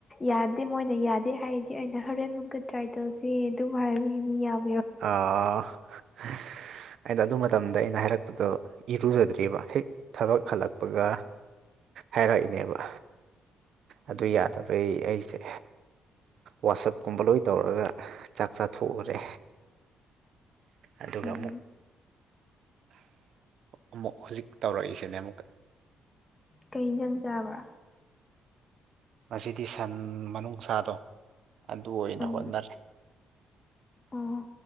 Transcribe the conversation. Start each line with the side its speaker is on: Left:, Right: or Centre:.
Left: ꯌꯥꯗꯦ ꯃꯣꯏꯅ ꯌꯥꯗꯦ ꯍꯥꯏꯗꯤ ꯑꯩꯅ ꯍꯣꯔꯦꯟ ꯃꯨꯛꯀ ꯇ꯭ꯔꯥꯏ ꯇꯧꯁꯤ ꯑꯗꯨꯝ ꯍꯥꯏꯕꯅꯦ ꯌꯥꯝ
Right: ꯑꯥ <unintelligible> ꯑꯩꯅ ꯑꯗꯨ ꯃꯇꯝꯗ ꯑꯩꯅ ꯍꯥꯏꯔꯛꯄꯗꯣ ꯏꯔꯨꯖꯗ꯭ꯔꯤꯕ ꯍꯦꯛ ꯊꯕꯛ ꯍꯜꯂꯛꯄꯒ ꯍꯥꯏꯔꯛꯏꯅꯦꯕ ꯑꯗꯨ
Left: ꯎꯝ
Right: ꯌꯥꯗꯕꯩ ꯑꯩꯁꯦ ꯋꯥꯁꯞꯀꯨꯝꯕ ꯂꯣꯏ ꯇꯧꯔꯒ ꯆꯥꯛ ꯆꯥꯊꯣꯛꯎꯔꯦ ꯑꯗꯨꯒ
Left: ꯎꯝ
Right: ꯑꯃꯨꯛ ꯑꯃꯨꯛ ꯍꯧꯖꯤꯛ ꯇꯧꯔꯛꯏꯁꯤꯅꯦ ꯑꯃꯨꯛꯀ
Left: ꯀꯩ ꯏꯟꯖꯥꯡ ꯆꯥꯕ
Right: ꯉꯁꯤꯗꯤ ꯁꯟ ꯃꯅꯨꯡꯁꯥꯗꯣ ꯑꯗꯨ ꯑꯣꯏꯅ
Left: ꯎꯝ
Right: ꯍꯣꯠꯅꯔꯦ꯫
Left: ꯑꯣ